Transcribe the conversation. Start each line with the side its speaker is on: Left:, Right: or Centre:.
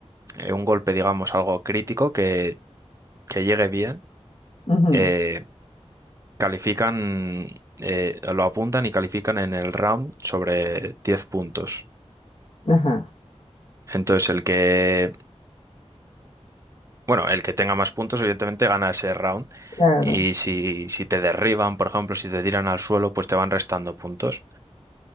Right: eh, un golpe, digamos, algo crítico que, que llegue bien,
Left: ujú,
Right: eh, califican, eh, lo apuntan y califican en el round sobre 10 puntos.
Left: ajá,
Right: Entonces, el que, bueno, el que tenga más puntos, evidentemente, gana ese round.
Left: claro,
Right: Y si, si te derriban, por ejemplo, si te tiran al suelo, pues te van restando puntos.